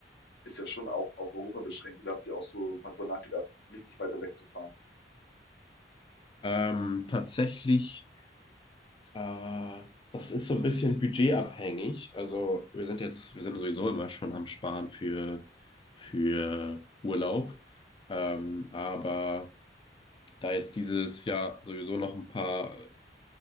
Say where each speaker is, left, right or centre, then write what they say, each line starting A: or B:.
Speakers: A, on the left; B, on the left.
A: ist ja schon auch auf Europa beschränkt. Oder habt ihr auch so mal drüber nachgedacht, richtig weiter wegzufahren?
B: Ähm, tatsächlich, äh, das ist so ein bisschen budgetabhängig. Also wir sind jetzt, wir sind sowieso immer schon am Sparen für, für Urlaub. Ähm, aber da jetzt dieses Jahr sowieso noch ein paar